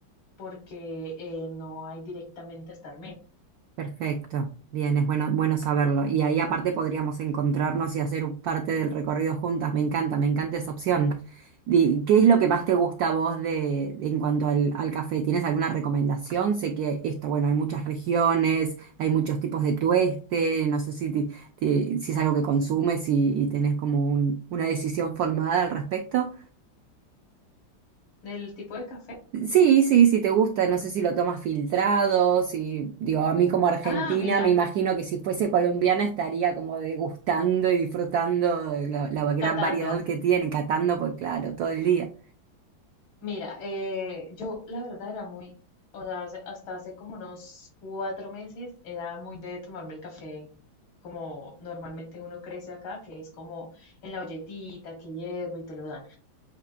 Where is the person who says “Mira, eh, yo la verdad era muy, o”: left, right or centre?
Left